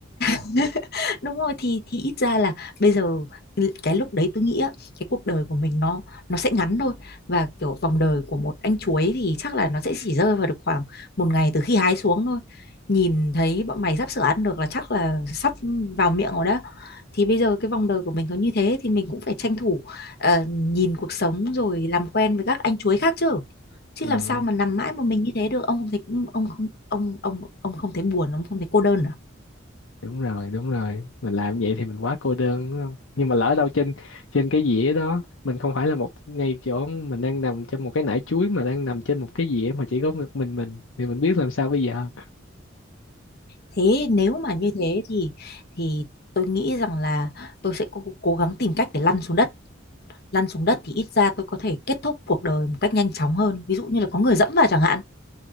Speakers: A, on the left; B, on the left.
A: <laughs> đúng rồi thì thì ít ra là bây giờ cái lúc đấy tôi nghĩ á, cái cuộc đời của mình nó nó sẽ ngắn thôi và kiểu vòng đời của một anh chuối thì chắc là nó sẽ chỉ rơi vào được khoảng một ngày từ khi hái xuống thôi nhìn thấy bọn mày sắp sửa ăn được là chắc là sắp vào miệng rồi đó thì bây giờ cái vòng đời của mình có như thế thì mình cũng phải tranh thủ ờ, nhìn cuộc sống rồi làm quen với các anh chuối khác chứ chứ
B: Ờ,
A: làm sao mà nằm mãi một mình như thế được ông không thấy ông không ông ông ông không thấy buồn ông không thấy cô đơn à
B: đúng rồi đúng rồi mình làm vậy thì mình quá cô đơn đúng không nhưng mà lỡ đâu trên trên cái dĩa đó mình không phải là một ngay chỗ mình đang nằm trong một cái nải chuối mà đang nằm trên một cái dĩa mà chỉ có một mình mình thì mình biết làm sao bây giờ
A: Thế nếu mà như thế thì thì tôi nghĩ rằng là tôi sẽ cố, cố gắng tìm cách để lăn xuống đất. Lăn xuống đất thì ít ra tôi có thể kết thúc cuộc đời một cách nhanh chóng hơn. Ví dụ như là có người dẫm vào chẳng hạn